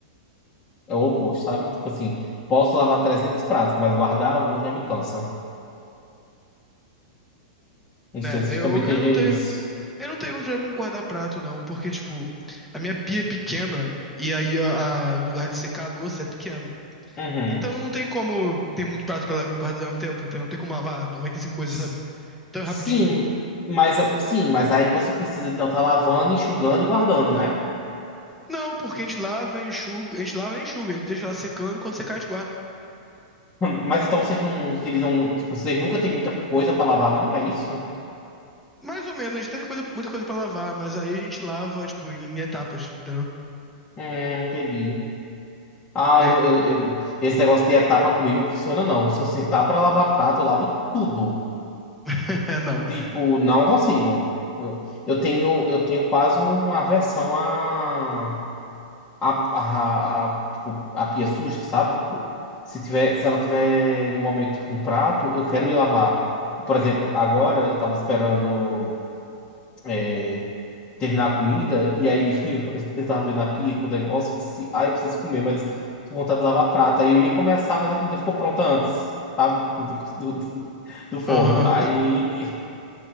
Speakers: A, on the left (about 20°); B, in the centre.
A: É o oposto, sabe? Tipo assim, posso lavar 300 pratos, mas guardar um já me cansa. Não sei
B: É,
A: se
B: eu,
A: você também tem
B: eu não tenho.
A: isso
B: Eu não tenho muito problema com guardar prato, não, porque, tipo, a minha pia é pequena e aí a- a- o lugar de secar a louça é pequeno.
A: Uhum.
B: Então não tem como ter muito prato pra guardar ao mesmo tempo, entendeu? Não tem como lavar noventa e cinco coisas,
A: S-
B: sabe? Então
A: Sim,
B: é rapidinho.
A: mas sim, mas aí você precisa então estar lavando, enxugando e guardando, né?
B: Não, porque a gente lava, enxuga, a gente lava nem enxuga, deixa lá secando, quando secar a gente guarda.
A: Mas então vocês não utilizam, tipo, vocês nunca têm muita coisa para lavar, não? É isso?
B: Mais ou menos, a gente tem coisa, muita coisa pra lavar, mas aí a gente lava, tipo, em etapas, entendeu?
A: É, entendi. Ah,
B: É,
A: eu, eu- eu- esse negócio de etapa comigo não funciona, não. Se eu sentar pra lavar prato, eu lavo tudo.
B: <laughs> é, não.
A: Tipo, não consigo. Eu, eu tenho, eu tenho quase uma aversão a, a, a, a, tipo, a pia suja, sabe? Tipo, se tiver, se ela tiver no momento com prato, eu quero ir lavar. Por exemplo, agora eu tava esperando. é, terminar a comida, e aí <laughs> eu eu tava vendo a pia com o negócio, eu disse, ah, eu preciso comer, mas tô com vontade de lavar prato. Aí eu ia começar, mas a comida ficou pronta antes, sabe? <laughs> Do, do, do forno.
B: Aham.
A: Aí,